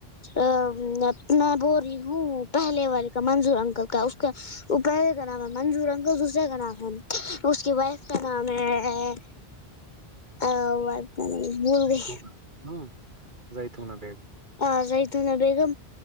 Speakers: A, on the left; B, on the right.
A: ا میں بول رہی ہوں پہلے والے کا منظور انکل کا اس کا وہ پہلے کا نام ہے منظور ان کا دوسرے کا نام ہے اس کی وائف کا نام ہے ا کا نام بھول
B: ہ
A: گئی
B: جائ ت ہ نا بیگ
A: ہ ریتنا بیگم